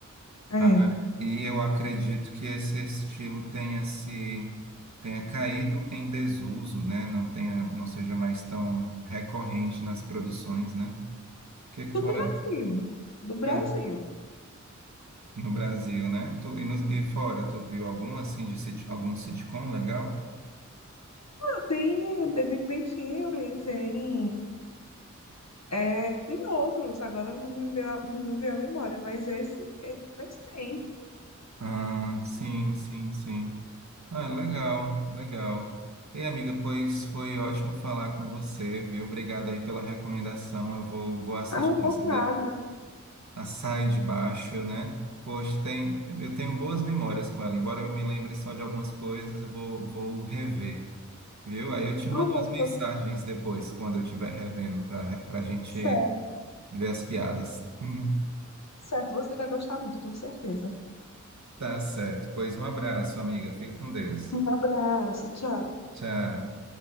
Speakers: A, on the left; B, on the right.
A: É.
B: Ah, e eu acredito que esse estilo tenha se tenha caído em desuso, né? Não tenha, não seja mais tão recorrente nas produções, né? O que que
A: Do
B: tu acha?
A: Brasil. Do Brasil.
B: É, no Brasil, né? Tu, e, nos- e fora, tu viu algum assim de sit, algum sitcom legal?
A: Ah, tem eh, The Big Bang Theory, tem. É, tem outros, agora não me veio, a- não me veio a memória, mas esse, é- mas tem.
B: Ah, sim, sim, sim. Ah, legal, legal. Ei, amiga, pois foi ótimo falar com você, viu? Obrigado aí pela recomendação. Eu vou, vou assistir
A: Ah, não foi
B: essa
A: nada.
B: de Açaí de Baixo, né? Poxa, tem, eu tenho boas memórias com ela, embora eu me lembre só de algumas coisas, eu vou, vou rever, viu? Aí eu te mando
A: Não foi
B: as
A: se
B: mensagens
A: você.
B: depois, quando eu estiver revendo, para para a gente
A: Certo.
B: ver as piadas. <laughs>
A: Certo, você vai gostar muito, tenho certeza.
B: Tá certo. Pois um abraço, amiga. Fica com Deus.
A: Um abraço, tchau.
B: Tchau.